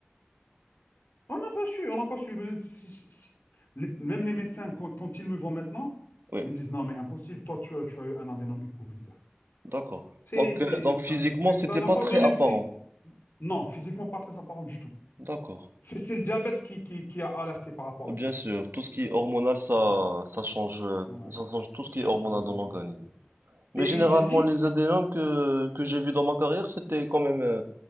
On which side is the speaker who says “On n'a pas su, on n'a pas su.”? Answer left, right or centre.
Left